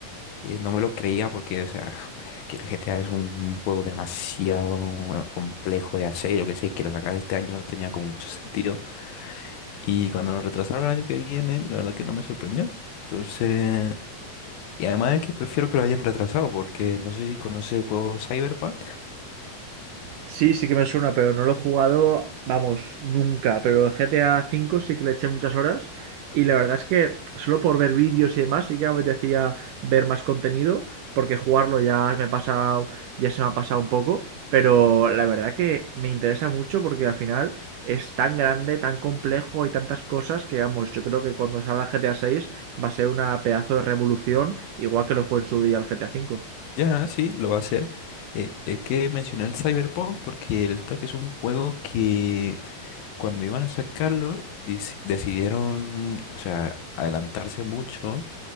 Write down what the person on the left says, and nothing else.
Eh, no me lo creía porque, o sea, <sighs> es que el GTA es un juego demasiado bueno, complejo de hacer, yo que sé, que lo sacaran este año no tenía como mucho sentido. Y cuando lo retrasaron el año que viene, la verdad que no me sorprendió. Entonces, y además es que prefiero que lo hayan retrasado porque no sé si conoce el juego Cyberpunk.
Ya, sí, lo va a hacer. Eh, es que mencioné el Cyberpunk porque resulta que es un juego que cuando iban a sacarlo, dis- decidieron, o sea, adelantarse mucho